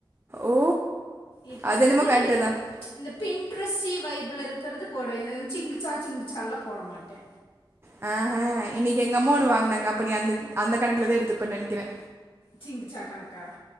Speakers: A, on the right; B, on the left.
A: ஓ!
B: இப்ப
A: அது
B: வந்துட்டு
A: என்னமோ கரெக்ட்டு தான்.
B: இந்த பின்ட்ரஸ்ஸி வைப்புள இருக்குறது போடுவே சிங்குச்சா சிங்குச்சா எல்லா போட மாட்டே
A: ஹெ ஹாங் இன்னிக்கு எங்க அம்மா ஒன்னு வாங்குனாங்க அப்ப நீ அந்தக் அந்த கணக்குல தா எடுத்துருப்போண்ணு நெனைக்கிறே
B: சிங்குச்சா கணக்கா